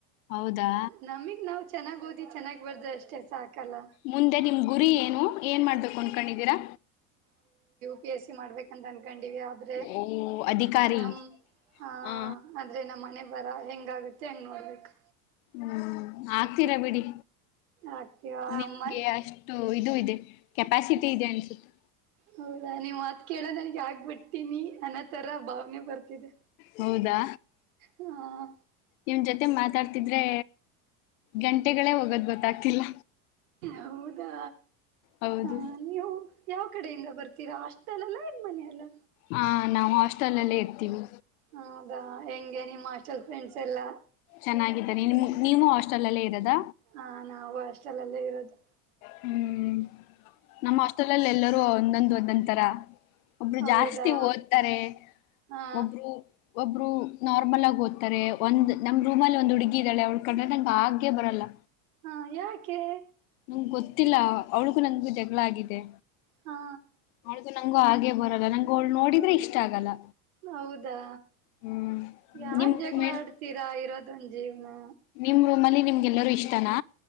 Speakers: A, on the left; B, on the right.
A: ಹೌದಾ
B: ನಮಗೆ ನಾವು ಚೆನ್ನಾಗ ಚೆನ್ನಾಗಿ ಓದಿ ಚೆನ್ನಾಗಿ ಬರ್ದ ಅಷ್ಟೇ ಸಾಕಲ್ಲ
A: ಮುಂದೆ ನಿಮ್ ಗುರಿ ಏನು ಏನ್ ಮಾಡ್ಬೇಕು ಅನ್ಕೊಂಡಿದ್ದೀರಾ
B: ಬಿ ಎಸ್ಸಿ ಮಾಡ್ಬೇಕ ಅನ್ಕೊಂಡನೀ ವೀಯ ಆದ್ರೆ
A: ಓ ಅಧಿಕಾರಿ
B: ನಮ್ಮ ಹ
A: ಹಾ
B: ನಮ್ಮ ಹಣೆಬರ ಹೆಂಗ ಆಗುತ್ತೆ ಹೆಂಗ್ ನೋಡ್ಬೇಕು
A: ಹ್ಮ್ ಆ ತೀರ ಬಿಡಿ
B: ಆಗ್ತೀವಾ
A: ನಿಮ್ಗೆ
B: ಅಮ್ಮ
A: ಅಷ್ಟು ಇದು ಇದೆ ಕೆಪಾಸಿಟಿ ಇದೆ ಅನ್ಸುತ್ತೆ
B: ಹೌದಾ ನೀವ್ ಮಾತ್ ಕೇಳ ನನ್ಗ್ ಆಗ್ಬಿಡ್ಟ್ಟೀನಿ ಅನ್ನ ತರ ಭಾವನೆ ಬರ್ತಿದೆ
A: ಹೌದಾ
B: ಹ
A: ನಿಮ್ ಜೊತೆ ಮಾತಾಡ್ ತಿದ್ರೆ ಗಂಟೆಗಳೇ ಹೋಗೋದ್ ಬ ದಾಕ್ತಿಲ್ಲ
B: ಹೌದಾ
A: ಹೌದು
B: ಹ ಅಯ್ಯೋ ಯಾವ ಕಡೆಯಿಂದ ಬರ್ತೀರಾ ಹಾಸ್ಟೆಲ್ ಅಲ್ಲ ಇನ್ ಮನೆಯ ಅಲ್ಲ
A: ಹಾ ನಾವು ಹಾಸ್ಟೆಲ್ ಅಲ್ಲೇ ಇರ್ತೀವಿ
B: ಹೌದಾ ಹೆಂಗೆ ನಿಮ್ಮ ಹಾಸ್ಟೆಲ್ ಫ್ರೆಂಡ್ಸ್ ಎಲ್ಲ
A: ಚೆನ್ನಾಗಿ ನೀನು ನೀವು ಹಾಸ್ಟೆಲ್ ನಲ್ಲಿ ಇರದ
B: ಹಾ ನಾವು ಹಾಸ್ಟೆಲ್ಲ್ಲೇ ಇರೋದು
A: ಹ್ಮ್ ನಮ್ಮ ಹಾಸ್ಟೆಲಲ್ಲಿ ಎಲ್ಲರೂ ಒಂದೊಂದು ಒಂದಂಂತರ ಒಬ್ರು
B: ಹೌದಾ
A: ಜಾಸ್ತಿ ಓದ್ತಾರೆ
B: ಹಾ
A: ಒಬ್ರು ಒಬ್ರು ನಾರ್ಮಲ್ ಆಗಿ ಓದ್ತರೆ ಒಂದ್ ನಮ್ ರೂಮ್ಲ್ಲಿ ಒಂದು ಹುಡುಗಿ ಇದ್ದಾಳೆ ಅವಳ ಕಂಡ್ರೆ ನಂಗೆ ಹಾಗೆ ಬರಲ್ಲ
B: ಹಾ ಯಾಕೆ
A: ನಂಗ ಗೊತ್ತಿಲ್ಲ ಅವಳಿಗೂ ನಂಗಗು ಜಗಳ ಆಗಿದೆ
B: ಹಾ
A: ಅವಳಗು ನಂಗು ಆಗೆ ಬರಲ್ ಅವಳು ನಂಗೆ ನೋಡಿದ್ರೆ ಇಷ್ಟ ಆಗಲ್ಲ
B: ಹೌದಾ
A: ಹ್ಮ್
B: ಯಾಕ
A: ನಿಮ್
B: ಜಗಳ
A: ರೂಮೇಟ್
B: ಆಡ್ತೀರಾ ಇರೋದಂಜಿ ಹೇಳ
A: ನಿಮ್ ರೂಮ್ ಅಲ್ಲಿ ನಿಮ್ಗೆಲ್ಲರೂ ಇಷ್ಟ. ನಾ.